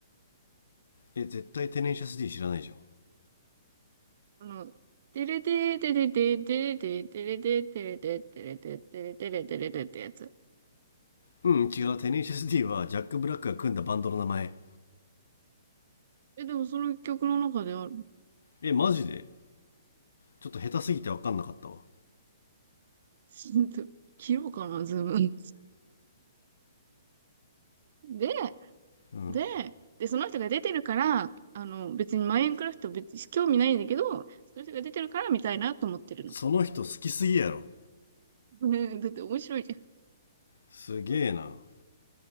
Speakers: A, on the left; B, on the right.
A: え、絶対テネシャス D 知らないじゃん。
B: あの、てれてーてれてーてれてーてれてーてれてーてれてーてれてーてれてーてれてーってやつ。
A: うん、違う。テネシス D はジャック・ブラックが組んだバンドの名前。
B: え、でもその曲の中である。
A: え、マジでちょっと下手すぎて分かんなかったわ。
B: <laughs> 切ろうかな、ズーム。で、
A: うん。
B: で、で、その人が出てるから、あの、別にマインクラフト別に興味ないんだけど、その人が出てるから見たいなと思ってるの。
A: その人好きすぎやろ。
B: ねだって面白いじ
A: すげえな。
B: ゃん。